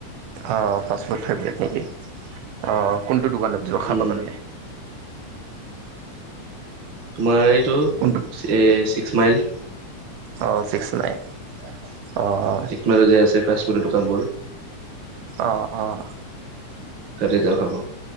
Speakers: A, on the right; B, on the right.
A: অ', ফাষ্ট ফুড ফেভৰেট নেকি? অ', কোনটো দোকানত যোৱা খাব
B: উম
A: কাৰনে?
B: তোমাৰ এইটো
A: কোনটো
B: ছিক্স মাইল।
A: অ', ছিক্স মাইল। অ'।
B: <unintelligible> যে আছে ফাষ্ট ফুডৰ দোকানবোৰ।
A: অ', অ'।
B: তাতে যাওঁ খাব।